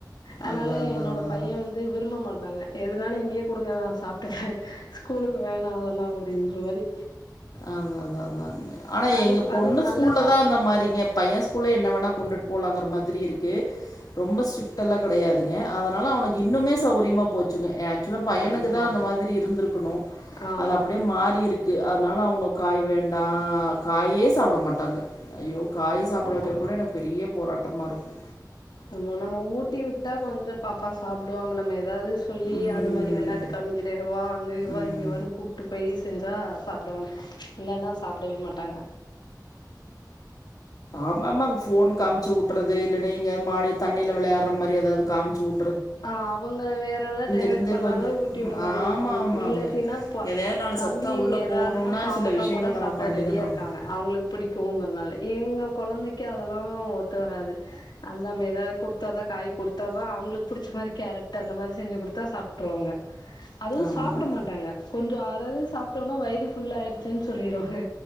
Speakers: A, on the left; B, on the left.
A: அதனால
B: அதா அதா
A: என்னோட
B: அதா
A: பைய
B: அதா
A: வந் இது விரும்ப மாட்டாங்க எதுனாலு இங்கேயே குடுங்க நா சாப்ட்டுகிறே ஸ்கூல்க்கு வேணா அதெல்லா ன்று வரை
B: அதா அதா அதா ஆனா
A: அது
B: எங்க பொண்ணு
A: அதுவு நல்லதா
B: ஸ்கூல்லதா அந்த மாரிங்க பைய ஸ்கூல்ல என்ன வேணா கொண்டுட்டு போலாங்குற மாரி இருக்கு ரொம்ப ஸ்ட்ரிக்டெல்லா கெடையாதுங்க அதனால அவனுக்கு இன்னுமே சௌரியமா போச்சுங்க எ ஆக்சுவலா பையனுக்குதா
A: அதுதா
B: அந்த மாதிரி இருந்தருக்கணு
A: ஆமா
B: அது அப்டியே மாறி இருக்கு க்கு அதனால அவுங்க காய் வேண்டா காயே சாப்ட மாட்டாங்க ஐயோ காய் சாப்ட
A: ஆமா
B: வெக்கறக்குள்ள எனக்கு பெரிய போராட்டமா இருக்கோ
A: ஆமா நம்ம ஊட்டி விட்டா கொஞ்சோ பாப்பா சாப்புடுவாங்க நம்ம எதாவது சொல்லி
B: ம்.
A: அந்த மாதிரி வெளையாட்டு காமிக்கிற இங்க வா அங்க வா
B: ம்.
A: இங்க வானு கூப்ட்டு போயி செஞ்சா சாப்டுவாங்க இல்லன்னா சாப்டவே மாட்டாங்க
B: ஆமாமாங்க ஃபோன் காம்ச்சு ஊட்றது இல்ல நீங்க மாடி தண்ணில வெளையாடுற மாதிரி எதாவது காம்ச்சி ஊட்
A: ஆ அவங்கள வேற எதாவ டைவர்ட்
B: இருந்து
A: பண்ணாதா
B: கொஞ்ச
A: ஊட்டி விட மாரி
B: ஆமா
A: இருக்கோ
B: ஆமாங்க
A: இல்லாட்டினா இப்ப
B: எதையாவது நாலு
A: தம்பி
B: சத்தா உள்ள
A: ஏதாவதுன்னா
B: போணுன்னா
A: பாவக்கா
B: சில விஷயங்கள்
A: கூட சாப்ட
B: நம்ம பண்ணிதான
A: ரெடியா இருக்காங்க
B: ஆகணும்
A: அவங்களுக் பிடிக்குங்கிறதுனால இவங்க கொழந்தைக்கு அதெல்லா ஒத்து வராது அது நம்ம எதாவது குடுத்தாதா காய் குடுத்தாதா அவுங்களுக்கு புடிச் ச மாரி கேரட்டு அந்த மாதிரி செஞ்சு குடுத்தா சாப்ட்ருவாங்க அதுவு
B: ஆமாங்க
A: சாப்புட மாட்டாங்க கொஞ்சோ அற இது சாப்ட்டோனா வயிறு ஃபுல்லாகிடுச்சுன்னு சொல்லிடுவாங்க